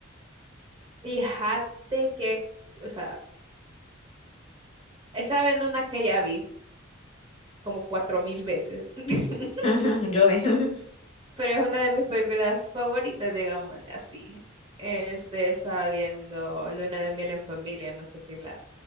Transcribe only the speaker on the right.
Fíjate que, o sea, estaba viendo una que ya vi como cuatro mil veces, <laughs>
pero es una de mis películas favoritas, digámosle así. Este, estaba viendo Luna de miel en familia, no sé si la,